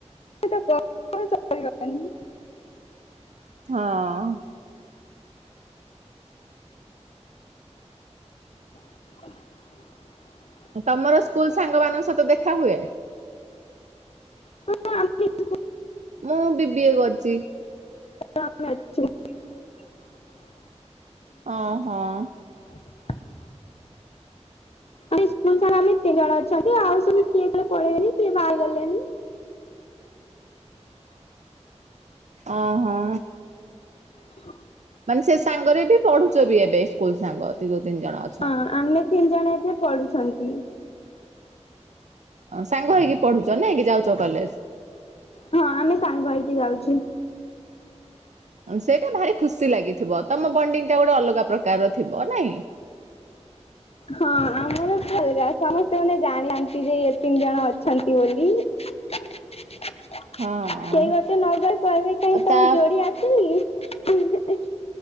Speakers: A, on the left; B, on the right.
A: କେବେତ ଗପ ସରିବନି।
B: ହଁ।
A: କ <inaudible>
B: ତମର ସ୍କୁଲ ସାଙ୍ଗ ମାନଙ୍କ ସହିତ ଦେଖା ହୁଏ?
A: ହ ଆ <inaudible>
B: ମୁଁ ବିିବିଏ କରିଛି।
A: ଆ ଅଛୁ <unintelligible>
B: ଅଁ ହଁ।
A: <inaudible> ଆରେ ସ୍କୁଲ ସାରା ଆମେ ଏତେ ଜଣ ଅଛନ୍ତି ଆଉୁ ସବୁ କିଏ କୁଆଡେ ପେଳେଇଲେଣି କିଏ ବାହାହେଇଗଲେଣି।
B: ଅଁ ହୋ।
A: କି
B: ସେ ସାଙ୍ଗରେ ବି ପଢୁଛ ବି ଏବେ। ସ୍କୁଲ ସାଙ୍ଗ ଯୋଉ ତିନି ଜଣ ଅଛ।
A: ହଁ ଆମେ ତିନି ଜଣ ଏବେ ପଢୁଛନ୍ତି।
B: ସାଙ୍ଗ ହେଇକି ପଢୁଛ ନାଇକି ଯାଉଛ କଲେଜ
A: ହଁ ଆମେ ସାଙ୍ଗ ହେଇକି ଯାଉଛୁ।
B: ସେଇଟା ଭାରି ଖୁସି ଲାଗିଥିବ। ତମ ବଣ୍ଡିଙ୍ଗ ଟା ଗୋଟେ ଅଲଗା ପ୍ରକାରର ଥିବ ନାହିଁ?
A: ହଁ ଆମର ଅଲଗା ସମସ୍ତେ ମାନେ ଜାଣନ୍ତି ଯେ ଏ ତିନି ଜଣ ଅଛନ୍ତି ବୋଲି। କେହି
B: ହଁ।
A: ଗୋଟେ ନଗଲେ କହିବେ କାଇଁ
B: ଆଉ
A: ତମ
B: ତା
A: ଯୋଡି ଆସନି। ହୁଁ।